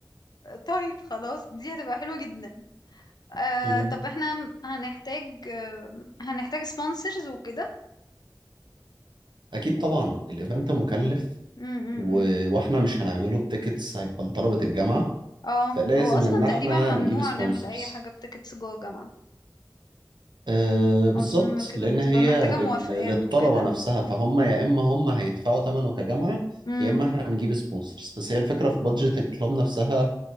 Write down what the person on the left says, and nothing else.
طيب خلاص دي هتبقى حلوة جدا آه
طب احنا هنحتاج آه هنحتاج سبونسرز وكده
و...
م- م-
م.
اه
هو اصلا
تقريبا
ممنوع
نعمل اي حاجة بتيكتس جوه جامعة
اظن كده
بتبقى
محتاجة
موافقات
وكده
امم